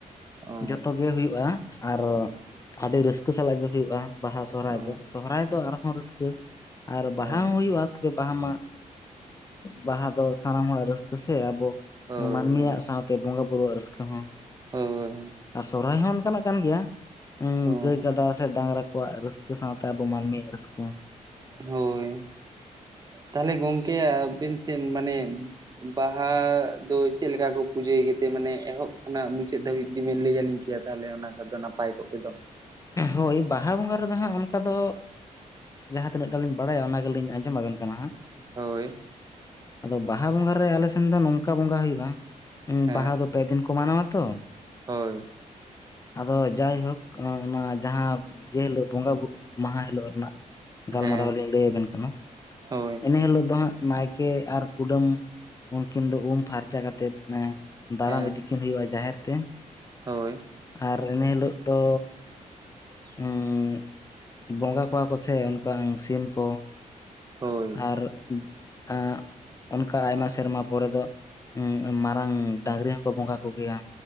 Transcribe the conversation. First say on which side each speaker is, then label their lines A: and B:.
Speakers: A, on the right; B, on the left.
A: ᱚ
B: ᱡᱚᱛᱚ ᱜᱮ ᱦᱩᱭᱩᱜ-ᱟ ᱟᱨ
A: ᱚ
B: ᱟᱹᱰᱤ ᱨᱟᱹᱥᱠᱟᱹ ᱥᱟᱞᱟᱜ ᱜᱮ ᱦᱩᱭᱩᱜ-ᱟ ᱵᱟᱦᱟ ᱥᱚᱨᱦᱟᱭ
A: ᱚ
B: ᱫᱚ ᱥᱚᱦᱨᱟᱭ ᱫᱚ ᱟᱨᱦᱚᱸ ᱨᱟᱹᱥᱠᱟᱹ ᱟᱨ
A: ᱦᱳᱭ
B: ᱵᱟᱦᱟ ᱦᱚᱸ ᱦᱩᱭᱩᱜ-ᱟ ᱛᱚᱵᱮ ᱵᱟᱦᱟ ᱢᱟ ᱵᱟᱦᱟ ᱫᱚ ᱥᱟᱱᱟᱢ ᱦᱚᱲᱟᱜ ᱨᱟᱹᱥᱠᱟᱹ ᱥᱮ ᱟᱵᱚ
A: ᱦᱳᱭ
B: ᱢᱟᱹᱱᱢᱤᱭᱟᱜ ᱥᱟᱶᱛᱮ ᱵᱚᱸᱜᱟ ᱵᱩᱨᱩᱣᱟᱜ ᱨᱟᱹᱥᱠᱟᱹ ᱦᱚᱸ
A: ᱦᱳᱭ ᱦᱳᱭ
B: ᱟᱨ ᱥᱚᱨᱦᱟᱭ ᱦᱚᱸ ᱚᱱᱠᱟᱱᱟᱜ ᱠᱟᱱ ᱜᱮᱭᱟ
A: ᱦᱳᱭ
B: ᱜᱟᱹᱭ ᱠᱟᱰᱟ ᱥᱮ ᱰᱟᱝᱨᱟ ᱠᱚᱣᱟᱜ ᱨᱟᱹᱥᱠᱟᱹ ᱥᱟᱶᱛᱮ ᱟᱵᱚ ᱢᱟᱹᱱᱢᱤᱭᱟᱜ ᱨᱟᱹᱥᱠᱟᱹ
A: ᱦᱳᱭ ᱛᱟᱦᱚᱞᱮ ᱜᱚᱝᱠᱮ ᱟᱵᱤᱱ ᱥᱮᱱ ᱢᱟᱱᱮ ᱵᱟᱦᱟ ᱫᱚ ᱪᱮᱫᱞᱮᱠᱟ ᱠᱚ ᱯᱩᱡᱟᱹᱭ ᱜᱮᱛᱮ ᱢᱟᱱᱮ ᱮᱦᱚᱵ ᱠᱷᱚᱱᱟᱜ ᱢᱩᱪᱟᱹᱫ ᱫᱷᱟᱹᱵᱤᱡ ᱡᱩᱫᱤᱵᱤᱱ ᱞᱟᱹᱭ ᱟᱞᱤᱧ ᱠᱮᱭᱟ? ᱛᱟᱦᱚᱞᱮ ᱚᱱᱟ ᱠᱚᱫᱚ ᱱᱟᱯᱟᱭ ᱠᱚᱜ ᱜᱮ ᱫᱚ
B: ᱦᱳᱭ ᱵᱟᱦᱟ ᱵᱚᱸᱜᱟ ᱨᱮᱫᱚ ᱦᱟᱸᱜ ᱚᱱᱠᱟ ᱫᱚ ᱡᱟᱦᱟᱸ ᱛᱤᱱᱟᱹᱜ ᱴᱟ ᱞᱤᱧ ᱵᱟᱲᱟᱭᱟ ᱚᱱᱟᱜᱮᱞᱤᱧ ᱟᱸᱡᱚᱢ ᱟᱵᱮᱱ ᱠᱟᱱᱟ ᱦᱟᱸᱜ
A: ᱦᱳᱭ
B: ᱟᱫᱚ ᱵᱟᱦᱟ ᱵᱚᱸᱜᱟ ᱨᱮ ᱟᱞᱮ ᱥᱮᱱ ᱫᱚ ᱱᱚᱝᱠᱟ ᱵᱚᱸᱜᱟ ᱦᱩᱭᱩᱜ-ᱟ
A: ᱦᱮᱸ
B: ᱵᱟᱦᱟ ᱫᱚ ᱯᱮ ᱫᱤᱱ ᱠᱚ ᱢᱟᱱᱟᱣᱟ ᱛᱚ
A: ᱦᱳᱭ
B: ᱟᱫᱚ ᱡᱟᱭᱦᱳᱠ ᱚᱱᱟ ᱚᱱᱟ ᱡᱟᱦᱟᱸ ᱡᱮ ᱦᱤᱞᱳᱜ ᱵᱚᱸᱜᱟ ᱵᱩᱨᱩᱜ ᱢᱟᱦᱟ ᱦᱤᱞᱳᱜ ᱨᱮᱱᱟᱜ ᱜᱟᱞ
A: ᱦᱮᱸ
B: ᱢᱟᱨᱟᱣ ᱞᱤᱧ ᱞᱟᱹᱭ ᱟᱵᱮᱱ ᱠᱟᱱᱟ
A: ᱦᱳᱭ
B: ᱤᱱᱟᱹ ᱦᱤᱞᱳᱜ ᱫᱚ ᱦᱟᱸᱜ ᱱᱟᱭᱠᱮ ᱟᱨ ᱠᱩᱰᱟᱹᱢ ᱩᱱᱠᱤᱱ ᱫᱚ ᱩᱢ ᱯᱷᱟᱨᱪᱟ ᱠᱟᱛᱮᱫ ᱫᱟᱨᱟᱢ
A: ᱦᱮᱸ
B: ᱤᱫᱤ ᱠᱤᱱ ᱦᱩᱭᱩᱜ-ᱟ ᱡᱟᱦᱮᱨ ᱛᱮ
A: ᱦᱳᱭ
B: ᱟᱨ ᱮᱱᱮ ᱦᱤᱞᱳᱜ ᱫᱚ
A: <inaudible>
B: ᱩᱸ ᱵᱚᱸᱜᱟ ᱠᱚᱣᱟ ᱠᱚ ᱥᱮ ᱚᱱᱠᱟ ᱥᱤᱢ ᱠᱚ
A: ᱦᱳᱭ
B: ᱟᱨ ᱟᱜ ᱚᱱᱠᱟ ᱟᱭᱢᱟ ᱥᱮᱨᱢᱟ ᱯᱚᱨᱮ ᱫᱚ ᱢᱟᱨᱟᱝ ᱰᱟᱝᱨᱤ ᱦᱚᱸᱠᱚ ᱵᱚᱸᱜᱟ ᱠᱚᱜᱮᱭᱟ